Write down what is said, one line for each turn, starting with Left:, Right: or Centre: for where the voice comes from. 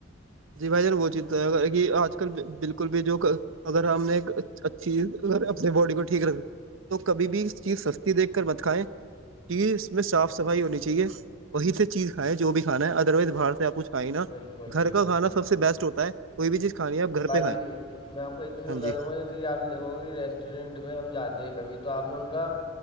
Right: جی بھائی جان وہ چیز یہ آج کل بالکل بھی جو اگر ہم نے ایک اچھی ا اپنے باڈی کو ٹھیک رکھنا تو کبھی بھی اس چیز سستی دیکھ کر بت کائےیں چیز میں صاف صفائی ہونی چاہیے وہی سے چیز کھائائےیں جو بھی کھانا ہے ادر وائز باہر سے آپ کچھ کھائی نا
Left: بالکل
Right: گھر
Left: بالکل
Right: کا کھانا سب سے بیسٹ ہوتا ہے کوئی بھی چیز کھانی ہے آپ گھر
Left: باقی
Right: پہ کھائیں
Left: میں آپ کو ایک چیز
Right: ہاں
Left: بتا
Right: جی
Left: دوں گا جیسے کہ آپ نے دیکاگا کہ ریسٹورینٹ میں ہم جاتے ہیں کبھی تو آپ نے ان کا